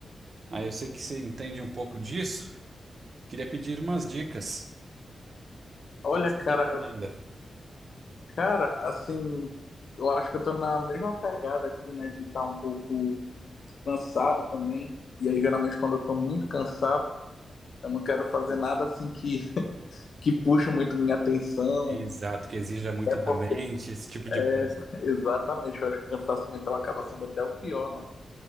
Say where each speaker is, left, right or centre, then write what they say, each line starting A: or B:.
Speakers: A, on the right; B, on the left.
A: Ah, eu sei que você entende um pouco disso. Queria pedir umas dicas. O
B: Olha,
A: que que você
B: cara,
A: recomenda?
B: eu- cara, assim, eu acho que eu tô na mesma pegada aqui, né, de estar um pouco cansado também. E aí, geralmente, quando eu tô muito cansado, eu não quero fazer nada assim que, que puxe muito minha atenção.
A: Exato, que exija muito
B: É
A: da
B: porque...
A: mente, esse tipo de coisa.
B: <laughs> Exatamente, eu acho que o cansaço mental acaba sendo até o pior, né?